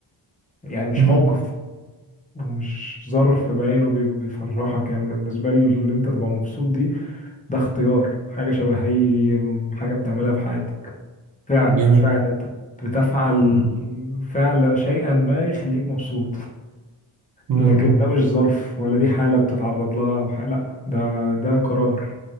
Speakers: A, on the left (about 15°); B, on the right (about 45°).
A: يعني مش
B: مم.
A: موقف ومش ظرف بعينه بي- بيفرحك يعني بالنسبة لي اللي انت تبقى مبسوط دي ده اختيار حاجة شبه اي حاجة بتعملها في حياتك فعل
B: جميل
A: فعل انت بتفعل
B: مم.
A: فعل شيئا ما يخليك مبسوط
B: مم.
A: لكن ده مش ظرف ولا دي حالة بتتعرض لها او حاجة لا ده ده قرار